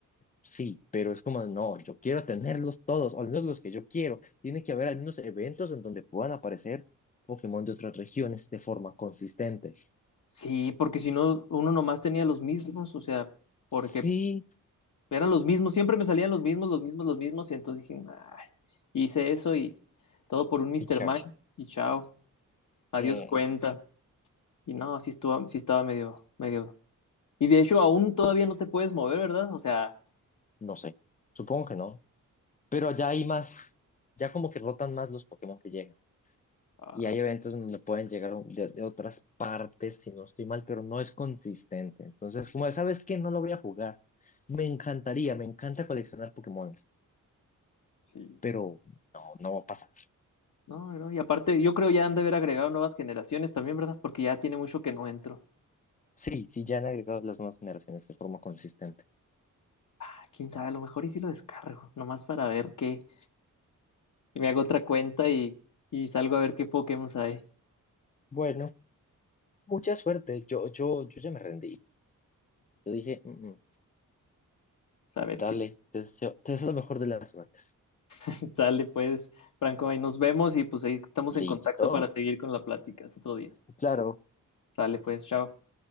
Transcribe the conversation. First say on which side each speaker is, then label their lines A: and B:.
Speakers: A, on the left; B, on the left.
A: Sí, pero es como, no, yo quiero tenerlos todos, o al menos los que yo quiero. Tiene que haber algunos eventos en donde puedan aparecer Pokémon de otras regiones de forma consistente.
B: Sí, porque si no, uno nomás tenía los mismos, o sea, porque
A: Sí,
B: eran los mismos, siempre me salían los mismos, los mismos, los mismos, y entonces dije, "Ay", hice eso y todo por un Mr.
A: qué chavo.
B: Mind, y chao, adiós
A: Eh,
B: cuenta. Y no, así estuvo, sí estaba medio, medio. Y de hecho, aún todavía no te puedes mover, ¿verdad? O sea,
A: no sé, supongo que no. Pero ya hay más, ya como que rotan más los Pokémon que llegan.
B: ah,
A: Y hay eventos en donde pueden llegar un- de, de otras partes, si no estoy mal, pero no es consistente. Entonces, como de, sabes que no lo voy a jugar. Me encantaría, me encanta coleccionar Pokémon,
B: sí.
A: pero no, no va a pasar.
B: No, no, y aparte, yo creo ya han de haber agregado nuevas generaciones también, ¿verdad? Porque ya tiene mucho que no entro.
A: Sí, sí, ya han agregado las nuevas generaciones de forma consistente.
B: Ah, quién sabe, a lo mejor y si lo descargo, nomás para ver qué. y me hago otra cuenta y, y salgo a ver qué Pokémon hay.
A: Bueno, mucha suerte. Yo, yo, yo ya me rendí. Yo dije, "Mm, mm,
B: Pues, A ver
A: dale,
B: qué
A: te deseo, te deseo lo mejor de las suertes.
B: <laughs> sale, pues, Franco, ahí nos vemos y pues ahí estamos
A: Listo.
B: en contacto para seguir con la plática. Es otro día.
A: Claro,
B: Sale, pues, chao.